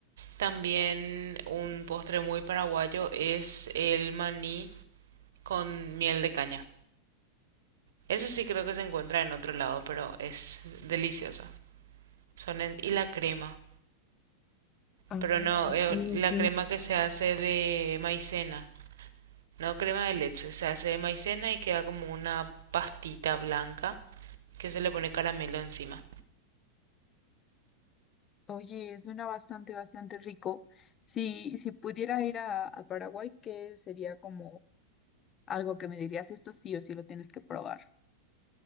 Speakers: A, on the right (about 60°); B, on the left (about 30°).
A: También un postre muy paraguayo es el maní con miel de caña. Ese sí creo que se encuentra en otro lado, pero es delicioso. Son en- y la crema,
B: Ah,
A: pero no
B: ok,
A: eh,
B: ok.
A: la crema que se hace de maicena, no crema de leche, se hace de maicena y queda como una pastita blanca que se le pone caramelo encima.
B: Oye, suena bastante, bastante rico. Si, si pudiera ir a, a Paraguay, ¿qué sería como algo que me dirías? Esto sí o sí lo tienes que probar.